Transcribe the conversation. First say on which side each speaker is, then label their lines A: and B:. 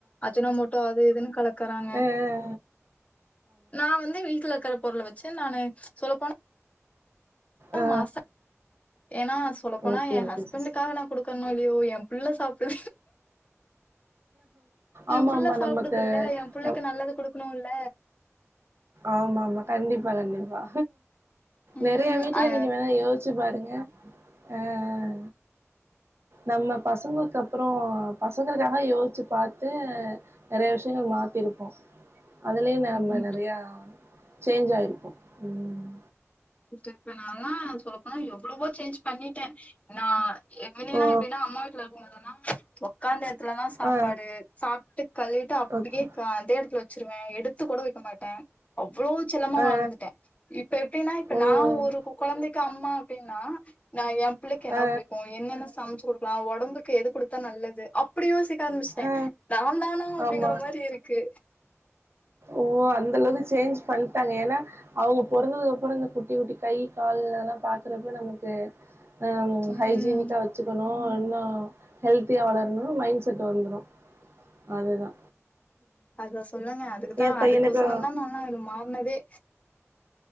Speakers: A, on the left; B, on the right.
A: அஜனோ மோட்டோ அது இதுன்னு கலக்கறாங்க
B: ஆ ஆ ஆ
A: நா வந்து வீட்ல இருக்கற பொருள வச்சி நானு சொல்லப் போனா
B: ஆ
A: மாச ஏனா சொல்லப் போனா
B: ஓகே
A: ஏ
B: ஓகே
A: ஹஸ்பண்டுக்காக
B: சிஸ்
A: நா குடுக் கண்ணாலியோ ஏ புள்ள சாப்டு
B: ஆமா
A: ஏ புள்ள
B: ஆமா
A: சாப்டுதுல்ல
B: நமக்கு
A: ஏ புள்ளைக்கு
B: நம்
A: நல்லது குடுக்கணுல்ல
B: ஆமா ஆமா கண்டிப்பா கண்டிப்பா
A: ம்
B: நெறைய வீட்ல
A: அ
B: நீங்க வேணா யோசிச்சி பாருங்க ஆ ஆ நம்ம பசங்களுக்கு அப்பறோ பசங்களுக்காக யோசிச்சி பாத்து நெறைய விஷயங்கள் மாத் இருப்போ அதுலயு நம்ம
A: ம்
B: நெறையா சேஞ்ச் ஆயிருப்போ ம்
A: திருப்பி நான்லா சொல்லப் போனா எவ்வளவோ சேஞ்ச் பண்ணிட்ட நா ஏ புள்ளங்கல்லா
B: ஓ
A: எப்பின்னா அம்மா வீட்ல இருக்கு இல்லேன்னா ஒக்காந்த எடத்துலதா சாப்பாடு
B: ஆ
A: சாப்ட்டு கழுவிட்டு அப்டியே
B: ஓகே
A: க அதே எடத்துல வச்சிருவே எடுத்துக் கூட வக்க மாட்ட அவ்ளோ செல்லமா
B: ஆ
A: வளந்துட்ட இப் எப்டின்னா இப்ப
B: ஓ
A: நா ஒரு கொழந்தைக்கு அம்மா அப்டின்னா நா ஏ புள்ளைக்கு என்ன
B: ஆ
A: புடிக்கு என்னென்ன சமச்சி குடுக்கலா ஒடம்புக்கு எது குடுத்தா நல்லது அப்டி யோசி திடக்க ஆரம்பிச்சிட்ட
B: ஆ
A: நான் தானா அப்டிங்கற
B: ஆமா
A: மாரி இருக்கு
B: ஓ அந்தளவுக்கு சேஞ்ச் பண்ட்டாங்க ஏனா அவுங்க பொறந்ததுக்கு அப்புறோ இந்த குட்டி குட்டி கை கால்லலா பாக்குறப்ப நமக்கு ஆ
A: ம்
B: ஹைஜீனிக்கா வச்சிக்கணு இன்னனு ஹெல்தியா வளரணு மைண்ட் செட்டு வந்துரு அதுதா
A: அதுவ சொல்லுங்க அதுக்குதா
B: எ பையனுக்கு
A: அதுக்கோசனந்தா நான்லா இது மாறுனதே